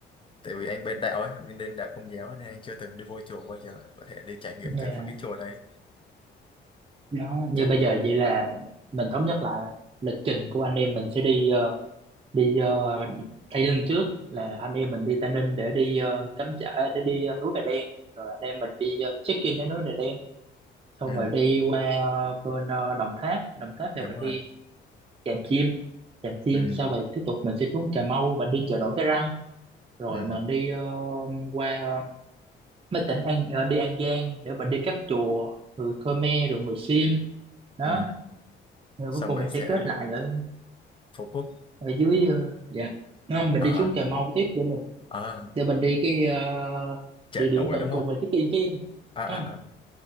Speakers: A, on the left; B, on the right.
A: tại vì anh bên đạo ấy anh bên đạo Công giáo ấy, nên anh chưa từng đi vô chùa bao giờ có thể đi trải nghiệm
B: dạ.
A: thử một cái chùa đấy
B: đó như
A: chà
B: bây giờ vậy là mình thống nhất lại là lịch trình của anh em mình sẽ đi ờ, đi ờ, Tây Ninh trước là anh em mình đi Tây Ninh để đi ờ, cắm trại để đi ờ, núi Bà Đen rồi anh em mình đi ờ, check-in đến núi Bà Đen xong
A: ừ
B: rồi đi qua ờ, bên ờ, Đồng Tháp Đồng Tháp thì
A: đúng
B: mình
A: rồi
B: đi Tràm Chim Tràm Chim
A: ừ
B: sau rồi tiếp tục mình sẽ xuống Cà Mau mình đi chợ nổi Cái Răng rồi
A: ừ
B: mình đi ờ, qua ờ, mấy tỉnh An ờ, đi An Giang để mình đi các chùa người Khmer rồi người Sim đó
A: ừ
B: rồi
A: xong
B: cuối cùng
A: mình
B: mình sẽ
A: sẽ
B: kết lại ở
A: Phú Quốc
B: ở dưới ờ, dạ không mình
A: à,
B: đi xuống Cà Mau tiếp để mình
A: à
B: để mình đi cái ờ,
A: chợ
B: địa
A: nổi
B: điểm tận
A: đúng không
B: cùng mà check in cái
A: à à
B: không
A: à